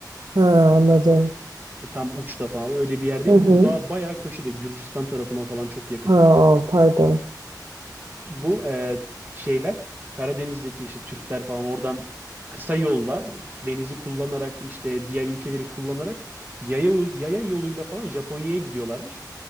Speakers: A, on the right; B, on the right.
A: Ha anladım.
B: E, tam uçta falan öyle bir yer değil.
A: Hı hı.
B: Bu daha bayağı köşede Gürcistan tarafına falan çok yakın.
A: Ha pardon.
B: Bu e, şeyler Karadeniz'deki işte Türkler falan oradan kısa yolla denizi kullanarak işte diğer ülkeleri kullanarak yaya, yaya yoluyla falan Japonya'ya gidiyorlarmış.